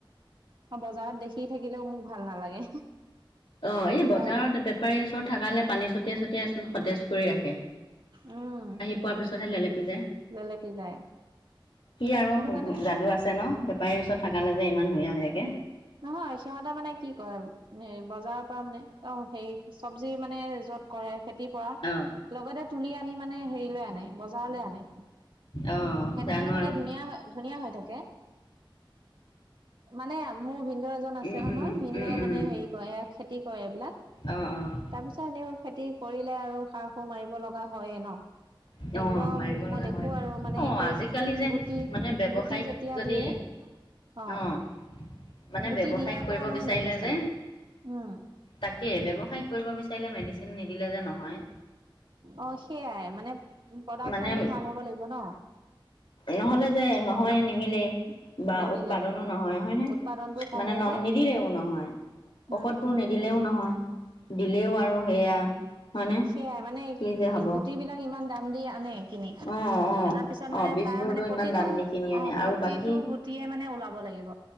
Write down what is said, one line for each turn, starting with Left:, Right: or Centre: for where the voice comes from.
Right: আৰু বজাৰত দেখি থাকিলেও মোক ভাল নালাগে।
Left: অ, এই
Right: কিবা
Left: বজাৰত বেপাৰীৰ ওচৰত থাকালে পানী চটিয়াই চটিয়াই চোন সতেজ কৰি ৰাখে।
Right: উম।
Left: খোৱাৰ পিছতহে লেলেপি যায়,
Right: লেলেপি যায়
Left: কি আৰু
Right: সেইটো কাৰণে
Left: যাদু আছ ছে ন'? বেপাৰীৰ ওচৰত থাকালে যে ইমান ধুনীয়া হৈ থাকে।
Right: নহয় সিহঁতে মানে কি কৰে, বজাৰৰ পৰা মানে অ হেৰি চব্জি মানে য'ত কৰে খেতিৰ পৰা,
Left: অ',
Right: লগতে তুলি আনি মানে হেৰিলৈ আনে বজাৰলে আনে।
Left: অ',
Right: সেইটোকাৰণে
Left: জানো
Right: মানে
Left: আৰু
Right: ধুনীয়া হৈ ধুনীয়া হৈ থাকে, মানে মোৰ ভিনদৌ এজন আছে
Left: উম,
Right: নহয়,
Left: উম,
Right: ভিনদৌই
Left: উম, উম,
Right: মানে হেৰি কৰে এইয়া খেতি কৰে এইবিলাক।
Left: অ', অ',
Right: তাৰপিছত এনেও খেতি কৰিলে আৰু সাৰ সুৰ মাৰিব লগা হয়ে ন'?
Left: <unintelligible> অঁ,
Right: একদম
Left: মাৰিব
Right: মই
Left: লগা
Right: দেখো
Left: হয়,
Right: আৰু মানে
Left: অঁ
Right: একে
Left: আজিকালি যে
Right: গুটি
Left: মানে ব্যৱসায়িক
Right: গুটি যেতিয়া
Left: যদি
Right: দিয়ে অ
Left: অঁ, মানে
Right: গুটি
Left: ব্যৱসায়িক
Right: দিয়াৰ
Left: কৰিব
Right: পৰা মানে
Left: বিচাৰিলে
Right: মেডিচিন
Left: যে
Right: উম
Left: তাকে ব্যৱসায়িক কৰিব বিচাৰিলে মেডিচিন নিদিলে যে নহয়।
Right: অঁ, সেইয়াই মানে, প্ৰডাকচনটো
Left: মানে
Right: ভাল হ'ব লাগিব ন'।
Left: নহ'লে যে নহয়ে নিমিলে। বা
Right: নিমিলেগৈ
Left: উৎপাদনো নহয়, হয়নে?
Right: উৎপাদনটো কমে
Left: মানে ন
Right: যে
Left: নিদিলেও নহয়। ঔষধবোৰ
Right: উম উম
Left: নিদিল লেও নহয় দিলেও আৰু সেয়া হয়নে
Right: সেয়াই মানে
Left: কি যে হ'ব
Right: গুটেই বিলাক ইমান দাম দি আনে কিনি,
Left: অ অ
Right: অনাৰ পিছত
Left: অ
Right: মানে
Left: বীজবোৰতো
Right: তাৰ মানে প্ৰতিটো
Left: ইমান দাম দি কিনি আনে
Right: অ
Left: আৰু
Right: প্ৰতিটো
Left: বাকী
Right: গুটিয়ে মানে ওলাব লাগিব,